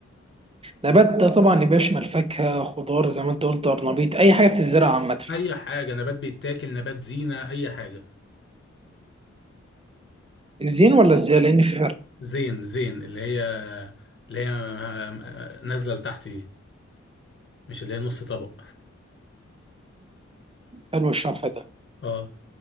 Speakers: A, on the right; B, on the left.
A: نبات ده طبعا يبقى يشمل فاكهة خضار زي ما انت قلت أرنبيط أي حاجة بتتزرع عامة
B: اي حاجه نبات بيتاكل نبات زينه اي حاجه
A: الزين ولا الزا لأن في فرق
B: زين زين اللي هي اللي هي آه، آه، نازله لتحت دي مش اللي هي نص طبق
A: حلو الشرح ده
B: اه